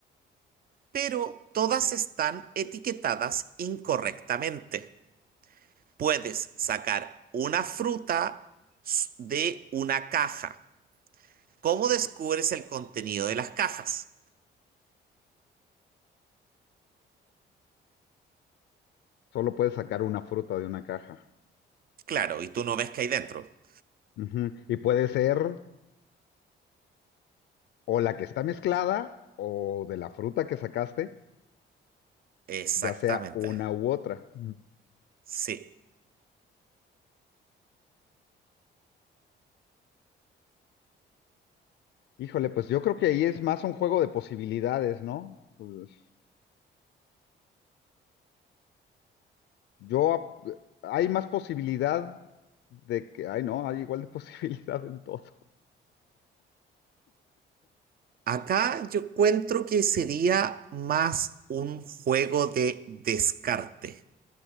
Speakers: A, on the right; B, on the left.
A: Pero todas están etiquetadas incorrectamente. puedes sacar una fruta de una caja. ¿Cómo descubres el contenido de las cajas?
B: solo puedes sacar una fruta de una caja.
A: Claro, y tú no ves qué hay dentro.
B: Ujú. Y puede ser o la que está mezclada o de la fruta que sacaste,
A: Exactamente.
B: ya sea una u otra. Ujú.
A: Sí.
B: Híjole, pues yo creo que ahí es más un juego de posibilidades, ¿no? Pues, yo, ap- hay más posibilidad de que, ay no, hay igual de <laughs> posibilidad en todo.
A: Acá yo encuentro que sería más un juego de descarte.